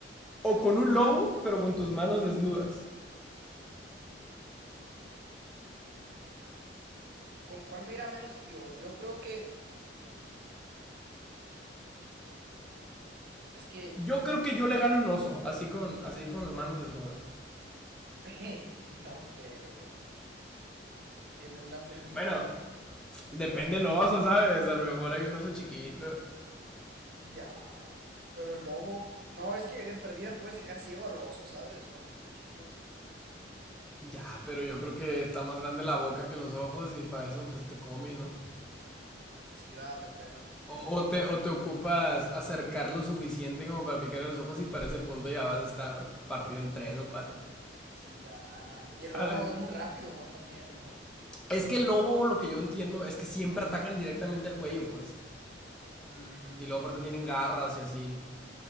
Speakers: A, in the centre; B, on the right (about 55°).
A: ¿O con un lobo, pero con tus manos desnudas?
B: ¿Con cuál me irá menos peor? Yo creo que... Es que...
A: Yo creo que yo le gano un oso, así con, así con las manos desnudas.
B: <laughs> No creo bien. Tienen una fuerza increíble.
A: Bueno, depende del oso, ¿sabes? A lo mejor hay un oso chiquito.
B: Ya. Pero el lobo. No, es que de perdida puedes dejar ciego al oso, ¿sabes? Con el cuchillo.
A: Ya, pero yo creo que está más grande la boca que los ojos y para eso pues te come, ¿no?
B: Sí, va, me pega una chinga.
A: O, o te, o te ocupas acercar lo suficiente como para picarle los ojos y para ese punto ya vas a estar partido en tres o cuatro,
B: Sí, va. Y
A: ¿sabes?
B: el lobo es muy rápido, ¿no? También, ¿no?
A: Es que el lobo, lo que yo entiendo, es que siempre atacan directamente al cuello, pues.
B: Mm,
A: Y luego aparte tienen garras y así.